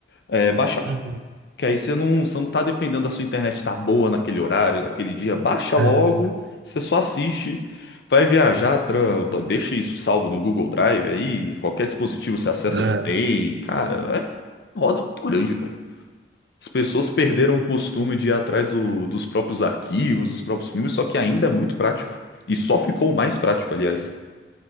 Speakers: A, on the left; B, on the right.
A: é baixar.
B: Uhum.
A: Que aí você não, você não tá dependendo da sua internet tá boa naquele horário, naquele dia. Baixa
B: É,
A: logo, você só assiste. Vai viajar, tran, deixa isso salvo no Google Drive aí, qualquer dispositivo você acessa,
B: <laughs>
A: você tem. Cara, é roda muito grande, cara. As pessoas perderam o costume de ir atrás do- dos próprios arquivos, dos próprios filmes, só que ainda é muito prático. E só ficou mais prático, aliás.